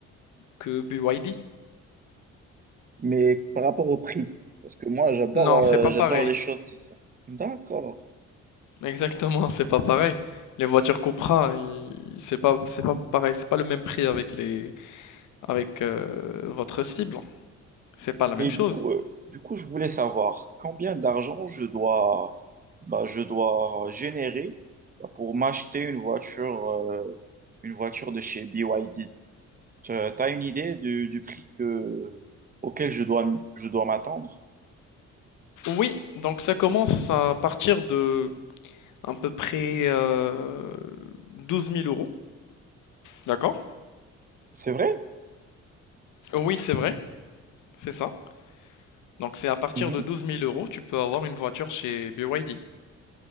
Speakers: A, on the left; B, on the right.
A: que BYD.
B: mais par rapport au prix? Parce que moi, j'adore
A: Non,
B: euh,
A: c'est pas
B: j'adore
A: pareil.
B: les choses qui sont. D'accord.
A: Exactement, c'est pas pareil. Les voitures Cupra, ils- c'est pas c'est pas pareil, c'est pas le même prix avec les avec euh, votre cible. C'est pas la
B: Et
A: même chose.
B: du coup, euh, du coup, je voulais savoir combien d'argent je dois, bah, je dois générer bah, pour m'acheter une voiture, euh, une voiture de chez BYD. Tu as une idée du, du prix que, auquel je dois, m- je dois m'attendre?
A: Oui, donc ça commence à partir de à peu près euh, 12 000 euros. D'accord?
B: C'est vrai?
A: Oui, c'est vrai, c'est ça. Donc c'est à partir
B: Mhm,
A: de douze mille euros, tu peux avoir une voiture chez BYD.